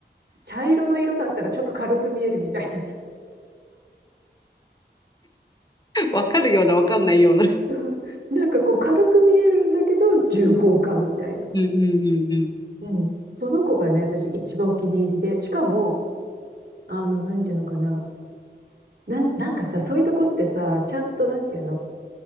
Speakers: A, on the right; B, on the left.
A: 茶色の色だったらちょっと軽く見えるみたいなさ。
B: <laughs> わかるような、わかんないような。
A: <laughs> なんかこう軽く見えるんだけど、重厚感みたいな。
B: うんうんうんうん。
A: うん。その子がね、私一番お気に入りで。しかも、あの、なんていうのかな。なん、なんかさ、そういうとこってさ、ちゃんとなんていうの